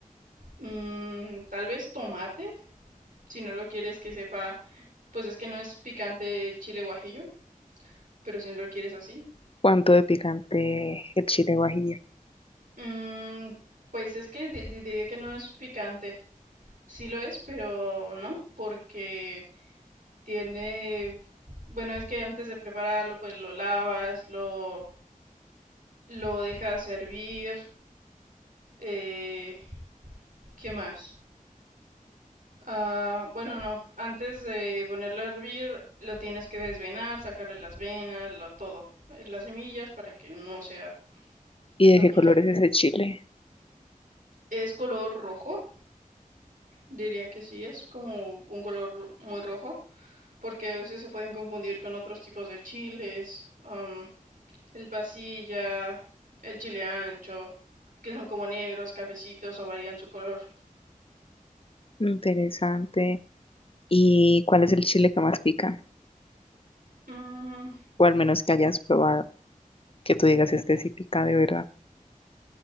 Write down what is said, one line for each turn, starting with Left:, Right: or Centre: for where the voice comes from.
Right: mm, tal vez tomate, si no lo quieres que sepa, pues es que no es picante el chile guajillo, Pero si no lo quieres así.
Left: ¿Cuánto de picante el chile guajillo?
Right: Mm, pues es que di- di- diría que no es picante. Sí lo es, pero no, porque tiene... Bueno, es que antes de prepararlo, pues lo lavas, lo, lo dejas hervir. Eh, ¿qué más? Ah, bueno, no. Antes de ponerlo a hervir, lo tienes que desvenar, sacarle las venas, lo, todo. eh, Las semillas para que no sea
Left: ¿Y
Right: pues, tan
Left: de qué
Right: picante.
Left: color es ese chile?
Right: Es color rojo Diría que sí, es como un color ro- muy rojo, porque a veces se pueden confundir con otros tipos de chiles, am, el pasilla, el chile ancho, que son como negros, cafecitos o varían su color.
Left: Interesante. ¿Y cuál es el chile que más pica?
Right: Mm,
Left: O al menos que hayas probado, que tú digas este sí pica de verdad.